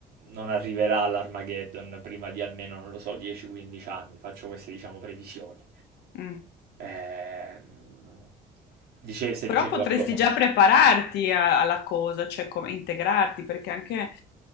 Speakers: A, on the right; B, on the left.
A: non arriverà l'Armageddon prima di almeno, non lo so, 10-15 anni. Faccio queste, diciamo, previsioni.
B: Mm.
A: Ehm, dice- stai
B: Però
A: dicendo
B: potresti
A: qualcosa?
B: già
A: forse?
B: prepararti a- alla cosa, cioè come integrarti, perché anche